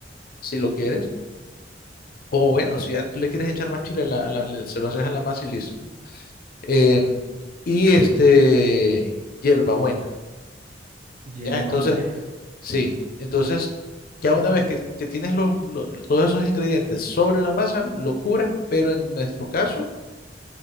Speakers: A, on the left (about 55°); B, on the right (about 45°).
A: si lo quieres. O bueno, si ya tú le quieres echar más chile, a la- a la- se lo haces a la masa y listo. em, y este, hierbabuena,
B: Hierba
A: ¿ya? Entonces,
B: buena.
A: sí, entonces, ya una
B: <clears throat>
A: vez que, que tienes los, lo- todos esos ingredientes sobre la masa, lo cubres, pero en nuestro caso,